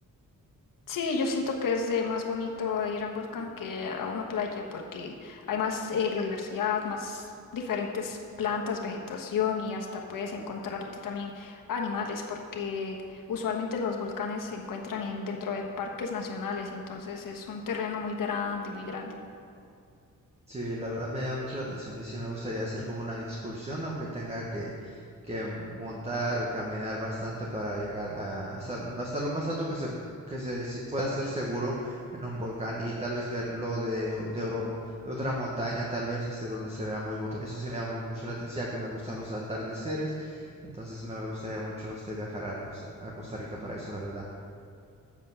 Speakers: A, on the left; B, on the right.
A: Sí, yo siento que es eh, más bonito ir a un volcán que a una playa porque hay más eh, biodiversidad, más diferentes plantas, vegetación y hasta puedes encontrarte también animales porque usualmente los volcanes se encuentran en, dentro de parques nacionales, entonces es un terreno muy grande, muy grande.
B: Sí, la verdad me llama mucho la atención y sí me gustaría hacer como una excursión, aunque tenga que, que montar o caminar bastante para llegar a, hasta, hasta lo más alto que se, que se si- pueda hacer seguro en un volcán y tal vez verlo de, o- de, oro- de otra montaña, tal vez este donde se vea muy bonito. Eso sí me llama mucho la atención, ya que me gustan los atardeceres, entonces me gustaría mucho este viajar a Costa, a Costa Rica para eso, la verdad.